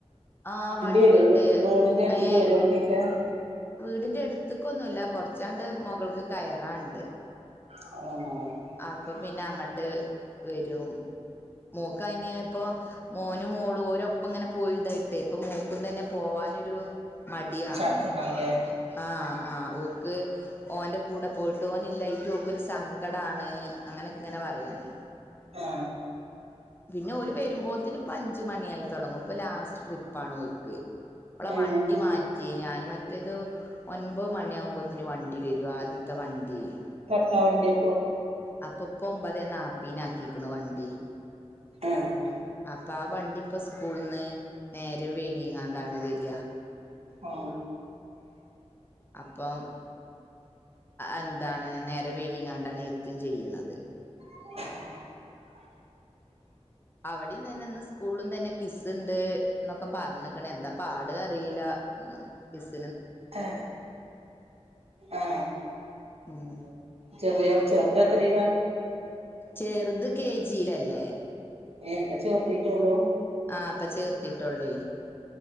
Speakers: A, on the left; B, on the right.
A: ആ വണ്ടി
B: വരോ
A: ണ്ട്
B: വീടിന്റെ അടുത്തേക്ക്
A: ഏഹ്
B: വരോ വണ്ടിയൊക്കെ
A: വീടിന്റെ അടുത്ത് കു ക്കൊന്നുവില്ല കൊറച്ചാണ്ട് മൊകൾക്ക് കയറാണ്ട്
B: ആ
A: അപ്പൊ പിന്നെ അങ്ങട്ട് വേരും മോക്ക് അയിന് ഇപ്പൊ മോനും മോളും ഓരോപ്പം ഇങ്ങനെ പോയി ഇതായിട്ടേ ഇപ്പൊ മോക്കും തന്നെ പോവാനൊരു മടിയാണ്
B: ചടപ്പുണ്ടാവുല്ലേ
A: ആ ആ ഓക്ക് ഓന്റെ കൂടെ പോയിട്ട് ഒനില്ലായിട്ട് ഓക്ക് ഒരു സങ്കടാണ് അങ്ങനെ ഇങ്ങനെ പറയാണ്
B: ആ
A: പിന്നെ ഓര് വരുമ്പോത്തിന് ഇപ്പ അഞ്ച് മണിയായി തൊടങ്ങും ഇപ്പൊ ലാസ് റ്റ് ട്രിപ്പാണ് ഓര്ക്ക്‌ ഓള
B: ഏഹ്
A: വണ്ടി മാറ്റിയെ ഞാനും മറ്റേത് ഒൻപത് മണിയാകുമ്പോത്തെന് വണ്ടി വരും ആദ്യ ത്താ വണ്ടിയെ
B: പ്പളാ വണ്ടിയ
A: അപ്പൊപ്പൊ ഒമ്പതേ നാപ്പീന ആക്കിക്ക്‌ണ് വണ്ടി
B: ആഹ്
A: അപ്പൊ ആ വണ്ടി ഇപ്പൊ സ്കൂളന്ന് നേരം വൈകിങ്ങാണ്ടാണ് വര്ക
B: ആ
A: അപ്പം എന്താണ് നേരെ വൈകികാ ണ് എത്തും ചെയ്യണത്
B: <inaudible>
A: അവിടെയും തന്നെ ഇന്ന് സ്കൂളും തന്നെ കിസ്സ് ണ്ട് ന്നൊക്കെ പറഞ്ഞക്ക്ണ് എന്താ പാട് അറിയില്ല കിസ്
B: ആ ആ
A: ഉം
B: ചെറിയ ചെറുത് എത്രയില
A: ചെറുത് കെ ജിയിലല്ലേ
B: ഏഹ് ഇപ്പ ചേർത്തിട്ടേള്ളൂ
A: ആ ഇപ്പ ചേർ ത്തിട്ടോളെ